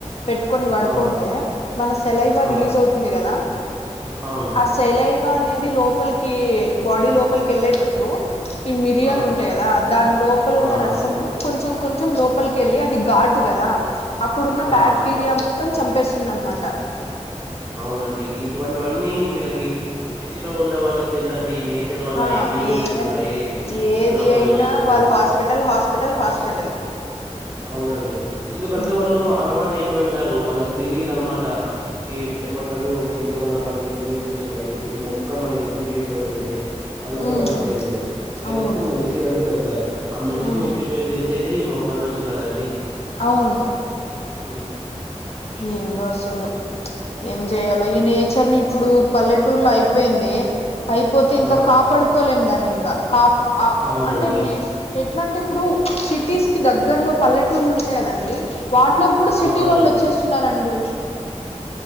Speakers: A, on the left (about 55°); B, on the right (about 20°).
A: పెట్టుకొని పడుకుంటే
B: ఆ
A: మన సెలైవా
B: ఆ
A: రిలీజ్ అవుతుంది కదా
B: అవును
A: ఆ సెలై అనేది లోపలికి బాడీ లోపలికి వెళ్ళేటప్పుడు ఈ మిరియాలు
B: ఆ
A: ఉంటాయి కదా దాని లోపలున్న
B: అవును
A: రసం కొంచెం కొంచ లోపలికేళ్ళ అది ఘాటు కదా అక్కడున్న
B: ఆ
A: బ్యాక్టీరియా మో మొత్తం చంపేస్తుందనమాట
B: అవునండి ఇటువంటివన్నీ వీళ్ళకి సిటీ లో ఉండే వాళ్ళకి తెలిదండి ఈ నేచర్ వల్ల
A: ఆ
B: ఎన్ని యూజెస్
A: ఏం
B: ఉన్నాయి
A: ఏది
B: ఎలా ఉపయోగపడతాయని
A: అయినా వాళ్ళు
B: చే
A: హాస్పిటల్ హాస్పిటల్ హాస్పిటల్
B: అవునండి ఎందుకంటే
A: ఉమ్
B: వాళ్ళు అలవాటు అయిపోయింటారు వాళ్ళకి తెలిదు అనమాట ఈ ఏమంటారు నేచర్ వల్ల మనకి ఎన్ని యూజెస్ ఉన్నాయి ఈ మొక్క మనకి ఎందుకు యూస్ అవుతుంది అదంతా
A: ఉమ్
B: వాళ్ళకు తెలిదు డైరెక్ట్
A: అవును
B: మెడిసిన్ అని వెళ్ స్తరు ఆ మెడిసిన్నీ
A: ఉమ్
B: ప్రిపేర్ చేసేదే ఈ మొక్కల నుంచి కదా అండి
A: అవును
B: హ్మ్
A: ఏందో అసలు ఏం చేయాలో ఈ నేచర్ ని ఇప్పుడు పల్లెటూరులో అయిపోయింది అయిపోతే ఇంకా
B: ఆ
A: కాపాడుకోలేం దాన్ని ఇంకా కా ఆ
B: అవునండి
A: అంటే నే ఏట్లాంటె ఇప్పుడు సిటీస్ కి దగ్గరలో పల్లెటూర్లు ఉంటాయి కదండి వాటిలోకి కూడా సిటీ
B: అవునవును
A: వల్లోచ్ చేస్తున్నరండి